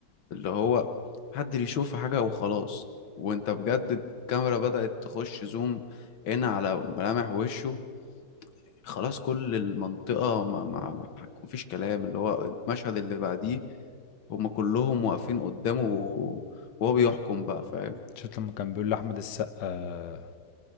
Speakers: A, on the left; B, on the left.
A: اللي هو محدش يشوف حاجة وخلاص وانت بجد الكاميرا بدأت تخش زوم هنا على ملامح وشه خلاص كل المنطقة ما ما ما هيكون فيش كلام اللي هو المشهد اللي بعديه هما كلهم واقفين قدامه وهو بيحكم بقى فاهم
B: شفت لما كان بيقول لأحمد السقا